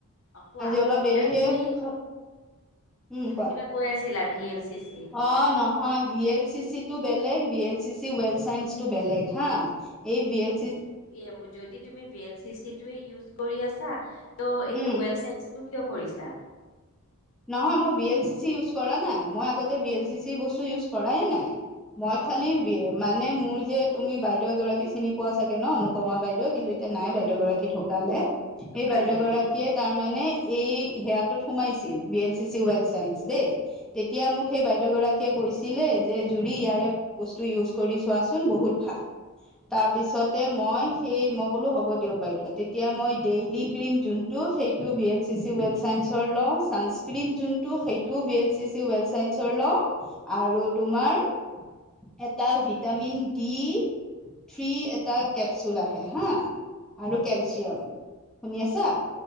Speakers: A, on the left; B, in the centre.
A: অ কোৱা
B: আজি অলপ দেৰিকে
A: এ তুমি
B: সুখ উম
A: তুমি
B: কোৱা
A: কিবা কৈ আছিলা ভি এল চি চি
B: অ নহয় বিয়েত চি চিটো বেলেগ V L C C well science টো বেলেগ হা। এই ভি এল চি চি
A: এ যদি তুমি ভি এল চি চি টোৱে ইউজ কৰি আছা ত' এইটো
B: উম
A: ৱেল চে তো কিয় কৰিছা?
B: নহয় মই V L C C use কৰা নাই, মই আগতে ভি এল চি চিৰ বস্তু ইউজ কৰাই নাই। মই
A: অ
B: খালি
A: আচ্ছা
B: বি মানে মোৰ যে তুমি বাইদেউ এগৰাকী চিনি পোৱা চাগে ন অনুপমা বাইদেউ কিন্তু এতিয়া নাই
A: উম
B: বাইদেউ গৰাকী ঢুকালে।
A: ঢুকালে
B: এই বাইদেউ গৰাকীয়ে
A: উম
B: তাৰ মানে এই সেয়াটোত সোমাইছিল B L C C well science দেই। তেতিয়া মোক সেই বাইদেউ গৰাকীয়ে কৈছিলে যে জুৰি ইয়াৰে বস্তু ইউজ কৰি চোৱাচোন বহুত ভাল তাৰপিছত মই সেই হ'ব দিয়ক বাইদেউ তেতিয়া মই ডেইলি ক্ৰিম যোনটো টো V L C C well চাইঞ্চৰ ল' ক্ৰীম যোনটো সেইটো V L C C well চাইন্সৰ ল' আৰু তোমাৰ এটা ভিটামিন ডি থ্ৰী এটা কেপচুল আহে হা আৰু কেলচিয়াম শুনি আছা।